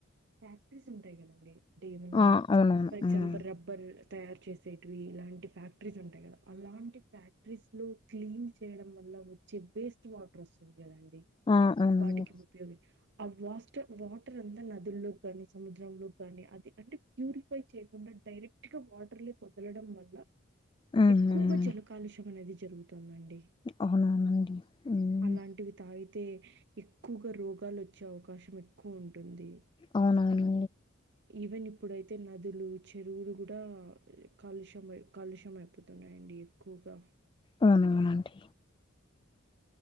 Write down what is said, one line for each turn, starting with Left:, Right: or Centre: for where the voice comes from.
Right: ఫ్యాక్టరీస్ ఉంటాయి కదండి డేవనా
Left: ఆ! అవునవును.
Right: ఫర్ ఎగ్జాంపల్
Left: హ్మ్.
Right: రబ్బర్ తయారు చేసేటివి ఇలాంటి ఫ్యాక్టరీస్ ఉంటాయి కదా అలాంటి ఫ్యాక్టరీస్ లో క్లీన్ చేయడం వల్ల వచ్చే వేస్ట్ వాటర్ వస్తుంది కదండి
Left: ఆ! అవునండి.
Right: వాటికి ఉపయోగి ఆ వాస్టర్ వాటర్ అంతా నదుల్లో కానీ, సముద్రంలో గానీ అది అంటే ప్యూరిఫై చేయకుండా డైరెక్ట్ గా వాటర్లోక్ వదలడం వల్ల
Left: హ్మ్.
Right: ఎక్కువగా
Left: హ్మ్.
Right: జల కాలుష్యం అనేది జరుగుతుందండి.
Left: అవునవునండి మ్మ్
Right: అలాంటివి తాగి తే ఎక్కువగా రోగాలు వచ్చే అవకాశం ఎక్కువ ఉంటుంది.
Left: అవునాండి
Right: ఈవెన్ ఇప్పుడైతే నదులు, చెరువులు కూడా కాలుష్యం కాలుష్యం అయిపోతున్నాయండి ఎక్కువ గా
Left: అవునవునండి